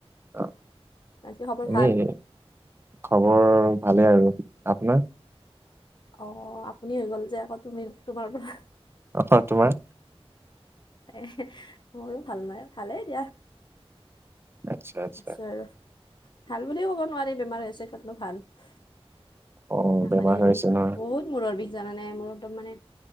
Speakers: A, on the right; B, on the left.
A: অ',
B: বাকী খবৰ
A: এনেই
B: ভাল
A: খবৰ ভালেই আৰু আপোনাৰ?
B: অ', আপুনি হৈ গ'ল যে আকৌ তুমি তোমাৰ পৰা।
A: অ', তোমাৰ?
B: এ ময়ো ভাল নাই ভালেই দিয়া।
A: আচ্ছা আচ্ছা
B: আছে আৰু। ভাল বুলিও ক'ব নোৱাৰি বেমাৰ হৈছে <unintelligible> ভাল। <unintelligible>
A: অ বেমাৰ হৈ আছে নহয়
B: বহুত মূৰৰ বিষ জানা নে মোৰ। একদম মানে,